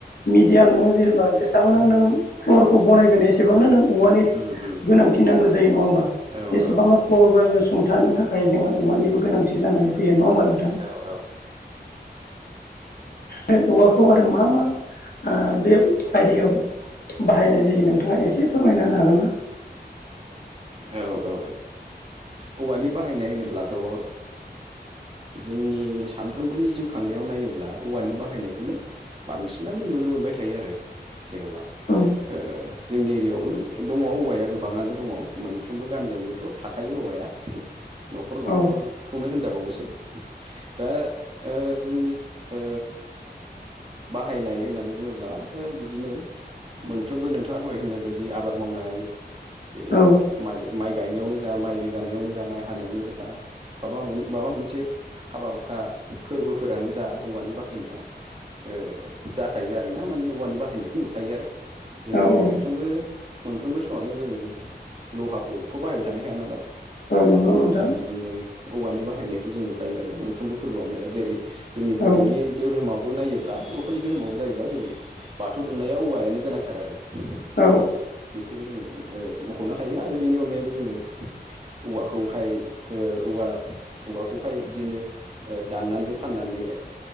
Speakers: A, on the left; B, on the right.
A: मेडियाम नोङो जेनेबा जेसेबां नों नों फ्ल'रखौ बानायनायगोन एसेबांनो नों औवानि
B: उम उम
A: गोनांथि नांगौ जायो नङा होमबा
B: औ
A: जेसेबांना
B: औ
A: फर बानायगोन थाखाय जोङो औवानिबो गोनांथि जानानै फैयो नङा होमबा नोंथां
B: औ औ
A: बे औवाखौ आरो मा मा ओ बे आयदायाव बाहायनाय जायो नोंथाङा एसे फोरमायना होनो हागोन ना?
B: औ औ औवानि ओ बाहायनाय होनोब्लाथ' ओ जोंनि सानफ्रोमबोनि जिउ खांनायाव नायोब्ला औवानि बाहायनायखौनो बांसिनानो नुनो मोनबाय थायो आरो जेन'बा
A: औ
B: ओ जोंनि एरियायावबो दङ औवाया गोबाङनो दङ मोनफ्रोमबो गामियावनोथ' थाखायो औवाया न'खर न'खरखौनो
A: औ
B: होनजाबावोसो दा ओ जोंनि ओ बाहायनाय होननानै बुङोब्ला बिदिनो मोनफ्रोमबो नोंथाङा दहाय होनननाय बायदि आबाद माव नाय जेरै
A: औ
B: माइ माइ गायनायावनो जा माइ रोगानायावनो जा माइ हानायावनो जा माबा मोन माबा मोनसे हाबा हुखा फोरबोफोरानो जा औवानि बाहायनाया ओ जाखायो आरोना मानि औवानि बाहायनायखौ नुखायो आरो जों
A: औ औ
B: मोनफ्रबो मोनफ्रबो समनो ज जों लहाखौथ' बाहायबाय थानो हाया नालाय
A: औ नंगौ नोंथां
B: दा बिदिनो औवानि बाहायनायखौ जों नुखायो आरो मोनफ्रोमबो फोरबोयावनो जेरै जोंनि बर'नि
A: औ
B: दोरोमाव नायोब्ला बर'फोरनि दोरोमावबो जायोबा जेरै बाथौ दुमनाइयाव औवायानो गोनांथार आरो
A: औ
B: बे बेखौबो जोङो ओ मख'नो हायो आरो बेनि अनगायैबो जोङो औवाखौहाय औवा औवाखौहाय बिदिनो ओ दाननानै फाननानै